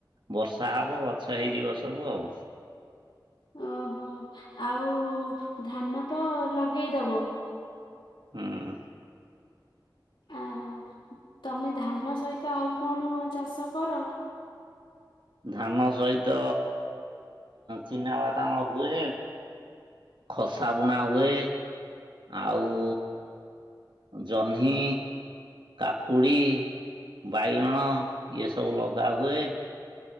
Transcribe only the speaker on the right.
ବର୍ଷା ଯାହା ହବ ଗଛ ହେଇଯିବ ସବୁ ଆଉ।
ହୁଁ।
ଧାନ ସହିତ ଚିନା ବାଦାମ ହୁଏ। ଖସା ବୁଣା ହୁଏ ଆଉ ଜହ୍ନି, କାକୁଡ଼ି,
ବାଇଗଣ, ଏ ସବୁ ଲଗାହୁୁଏ।